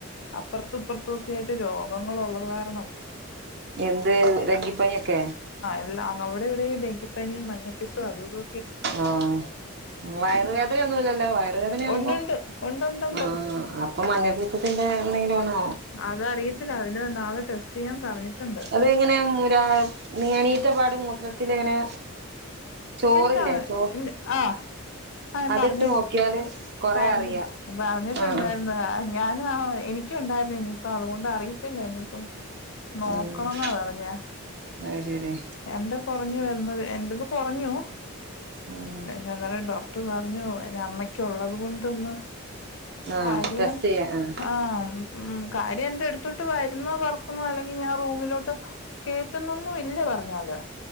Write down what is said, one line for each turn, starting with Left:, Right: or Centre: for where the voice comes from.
Left: അപ്പുറത്തും ഇപ്പുറത്തും ഒക്കെ ആയിട്ട് രോഗങ്ങൾ ഒള്ളത് കാരണം
Right: എന്ത് ഡങ്കിപ്പനിയൊക്കെ
Left: അല്ല അവിടെ ഇവിടെ ഡെങ്കിപ്പനി മഞ്ഞപ്പിത്തും അതു ഇതു
Right: ആഹ് വയറുവേദനയൊന്നുവില്ലല്ലൊ വയ വേദനയാവുമ്പോ
Left: ഉണ്ടുണ്ട് ഉണ്ടുണ്ടുണ്ട്
Right: ആ അപ്പൊ മഞ്ഞപിത്തത്തിന്റെ എന്തെങ്കിലും ആണോ
Left: അതറിയത്തില്ല അതിന് നാളെ ടെസ്റ്റ് ചെയ്യാൻ പറഞ്ഞിട്ടുണ്ട്
Right: തെങ്ങനെ മുരാ എണീറ്റ പാടെ മൂത്രത്തില് ഇങ്ങനെ ചോറില്ലേ
Left: ഇല്ല
Right: ചോറ്
Left: ഇല്ല ആഹ് ആഹ്
Right: അതിട്ട്
Left: പറഞ്ഞ്
Right: നോക്കിയാല് കൊറേ
Left: പറഞ്ഞ്
Right: അറിയാ
Left: പറഞ്ഞിട്ടുണ്ടായിരുന്നു
Right: ആഹ്
Left: <unintelligible> ഞാനും ആ എനിക്കും ഉണ്ടായിരുന്നു ഇനിയിപ്പം അതുകൊണ്ട് അറിയത്തില്ല ഇനിയിപ്പം നോക്കണംന്നാ
Right: ആഹ് ആഹ്
Left: പറഞ്ഞേ
Right: അത് ശരി
Left: എന്റെ കുറഞ്ഞു എന്നത് എറന്ന് കുറഞ്ഞു
Right: ഉം
Left: പക്ഷെ എന്നന്നാലോ ഡോക്ടറ് പറഞ്ഞു എൻ്റെ അമ്മയ്ക്ക് ഉള്ളത് കൊണ്ട ഒന്ന്
Right: ആഹ്
Left: കാര്യം
Right: ടെസ്റ്റ് ചെയ്യാൻ
Left: ആഹ് ഉം കാര്യം എന്റെ അടുത്തോട്ട് വരുന്ന പറക്കുന്നോ അല്ലെങ്കി ഞാൻ റൂമിലോട്ട് കേട്ടന്നൊന്നും ഇല്ല പറഞ്ഞാല്